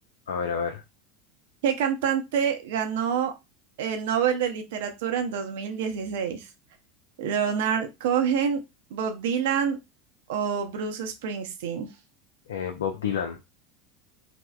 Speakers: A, on the left; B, on the right.
A: A ver, a ver.
B: ¿qué cantante ganó el Nobel de Literatura en 2016? ¿Leonard Cohen, Bob Dylan o Bruce Springsteen?
A: Eh, Bob Dylan.